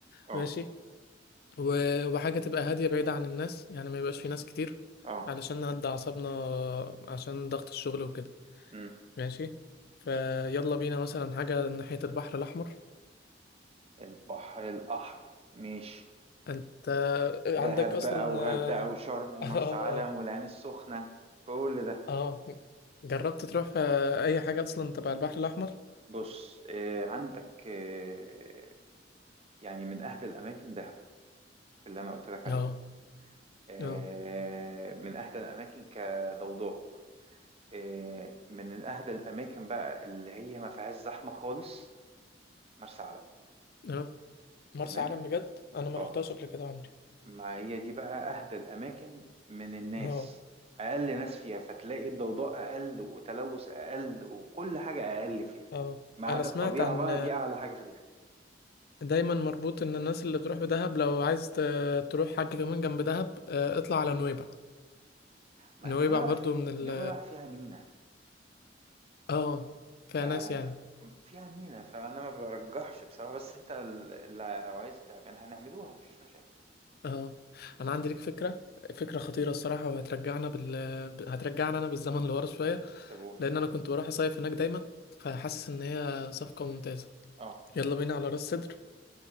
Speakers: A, on the right; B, on the left.
A: اه
B: ماشي و- وحاجة تبقى هادية بعيدة عن الناس يعني ما يبقاش في ناس كتير
A: اه
B: علشان نهدى أعصابنا عشان ضغط الشغل وكده
A: مم.
B: ماشي فيلا بينا مثلا حاجة ناحية البحر الأحمر
A: البحر الأحمر ماشي
B: أنت عندك
A: دهب
B: أصلا
A: بقى وغردقة
B: آه
A: وشرم ومرسى
B: <laughs> آه
A: علم
B: آه
A: والعين السخنة كل ده
B: آه. جربت تروح آه، أي حاجة أصلا تبع البحر الأحمر؟
A: بص آه عندك آه يعني من أهل الأماكن دهب اللي أنا قلت لك عليهم
B: اه
A: آه
B: اه
A: من أهل الأماكن كضوضاء آه من أهل الأماكن بقى اللي هي ما فيهاش زحمة خالص مرسى علم
B: اه مرسى
A: تمام
B: علم بجد انا ما
A: اه
B: رحتهاش قبل كده عمري
A: ما هي دي بقى أهدى الأماكن من الناس
B: اه
A: أقل ناس فيها فتلاقي الضوضاء أقل وتلوث أقل وكل حاجة أقل فيها
B: اه
A: ما عدا
B: انا سمعت
A: الطبيعة
B: عن
A: بقى دي أعلى حاجة فيها
B: دايما مربوط ان الناس اللي بتروح بدهب لو عايز ت- تروح حاجة كمان جنب دهب آه، اطلع على نويبع
A: ما
B: نويبع
A: هي نويبع
B: برضو
A: في...
B: من ال
A: نويبع فيها مينا
B: اه
A: ف
B: فيها ناس يعني
A: فيها مينا فأنا ما برجحش بصراحة بس أنت ال- اللي عايز تعملها نعملوها مفيش مشاكل
B: اه انا عندي ليك فكرة فكرة خطيرة الصراحة وهترجعنا بال ب- هترجعنا انا بالزمن لورا شوية
A: طب قول
B: لان انا كنت بروح اصيف هناك دايما فحاسس ان هي صفقة ممتازة
A: أه
B: يلا بينا على راس سدر